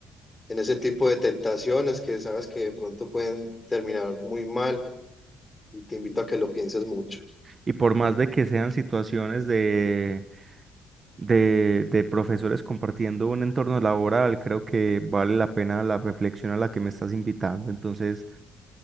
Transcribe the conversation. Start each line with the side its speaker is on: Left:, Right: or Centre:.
Left: en ese tipo de tentaciones que sabes que de pronto pueden terminar muy mal y te invito a que lo pienses mucho.
Right: Y por más de que sean situaciones de, de, de profesores compartiendo un entorno laboral, creo que vale la pena la reflexión a la que me estás invitando. Entonces